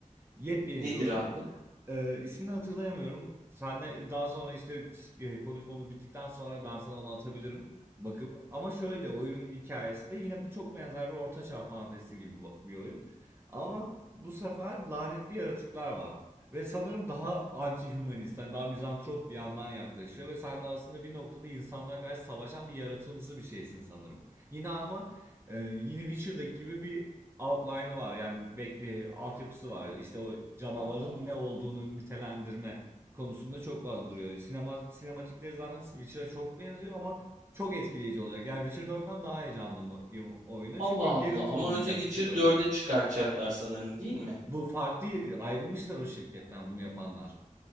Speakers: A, on the right; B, on the right.
A: Yepyeni
B: Nedir
A: bir oyun.
B: abi?
A: Ee, ismini hatırlayamıyorum. Senle daha sonra işte e, konuşmamız bittikten sonra ben sana onu atabilirim bakıp. Ama şöyle oyunun hikayesi de yine çok benzer bir ortaçağ fantezisi gibi ba- bir oyun. Ama bu sefer lanetli yaratıklar var. Ve sanırım daha anti-humanist, hani daha mizantrop bir yandan yaklaşıyor. Ve sen de aslında bir noktada insanlara karşı savaşan bir yaratımsı bir şeysin sanırım. Yine ama e, yine Witcher'daki gibi bir outline'ı var yani bekle, altyapısı var. İşte o canavarın
B: Allah
A: ne
B: Allah.
A: olduğunu nitelendirme konusunda çok fazla duruyor. Sinema, sinematikleri zaten Witcher'a çok benziyor ama çok etkileyici olacak. Yani Witcher 4'ten daha heyecanlı o- o- oyuna
B: Allah
A: çünkü
B: Allah.
A: Geralt
B: Ama
A: olmayacak
B: önce Witcher
A: Witcher 4'te.
B: 4'e çıkartacaklar sanırım değil mi?
A: Bu farklı ayrılmışlar o şirketten bunu yapanlar.